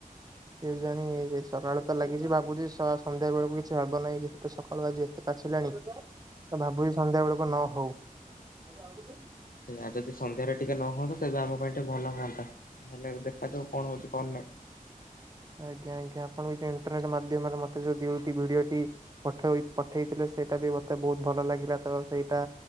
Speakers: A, on the right (about 25°); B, on the left (about 75°).
A: ହେଲାଣି ସକାଳୁ ତ ଲାଗିଛି ଭାବୁଛି ସ-ସନ୍ଧ୍ୟା ବେଳକୁ କିଛି ହବ ନାହିଁ ଯେହେତୁ ସକାଳୁ ଆଜି ଏତେ ପାଚିଲାଣି ତ ଭାବୁଛି ସନ୍ଧ୍ୟା ବେଳକୁ ନ ହଉ। <unintelligible>
B: ସେଇୟା ଯଦି ସନ୍ଧ୍ୟାରେ ଟିକେ ନ ହୁଅନ୍ତା ତେବେ ଆମ ପାଇଁ ଟିକେ ଭଲ ହୁଅନ୍ତା। ହେଲେ ଦେଖାଯାଉ କଣ ହଉଛି କଣ ନାହିଁ।
A: ଆଜ୍ଞା ଆଜ୍ଞା ଆପଣ ଇଣ୍ଟରନେଟ ମାଧ୍ୟମରେ ମତେ ଯୋଉ <unintelligible> ଦିଅନ୍ତି। ପଠେଇ ପଠେଇଥିଲେ ସେଇଟା ବି ମତେ ବହୁତ ଭଲ ଲାଗିଲା ତ ସେଇଟା